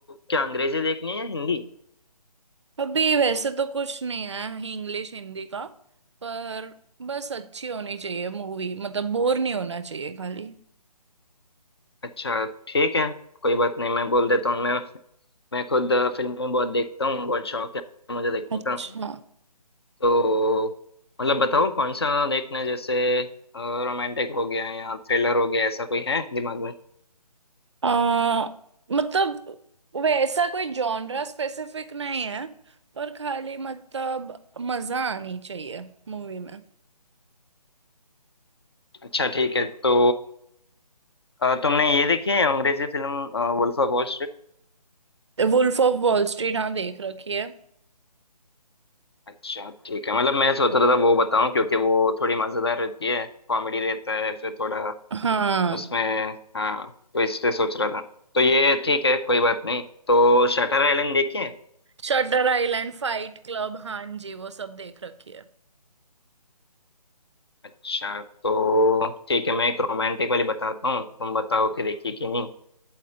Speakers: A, on the left (about 40°); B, on the right (about 45°).
A: क्या अंग्रेजी देखनी है या हिंदी
B: अभी वैसे तो कुछ नहीं है इंग्लिश हिंदी का पर बस अच्छी होनी चाहिए मूवी मतलब बोर नहीं होना चाहिए खाली
A: अच्छा ठीक है कोई बात नहीं मैं बोल देता हूँ मैं मैं खुद अ, फिल्में बहुत देखता हूँ बहुत शौक है मुझे देखने
B: अच्छा
A: का तो मतलब बताओ कौन सा देखना है जैसे रोमांटिक हो गया या थ्रिलर हो गया ऐसा कोई है दिमाग में
B: आ, मतलब वैसा कोई जॉनरा स्पेसिफिक नहीं है पर खाली मतलब मजा आनी चाहिए मूवी में
A: अच्छा ठीक है तो अ, तुमने ये देखी है अंग्रेजी फिल्म वुल्फ ऑफ वॉल
B: वुल्फ ऑफ वॉल स्ट्रीट हाँ देख रखी है
A: अच्छा ठीक है मतलब मैं सोच रहा था वो बताऊं क्योंकि वो थोड़ी मजेदार रहती है कॉमेडी रहता है फिर थोड़ा
B: हाँ
A: उसमें हाँ तो इसलिए सोच रहा था तो ये ठीक है कोई बात नहीं तो शटर आइलैंड देखिए
B: शटर आइलैंड फाइट क्लब हाँ जी वो सब देख रखी है
A: अच्छा तो ठीक है मैं एक रोमांटिक वाली बताता हूँ तुम बताओ कि देखिए कि नहीं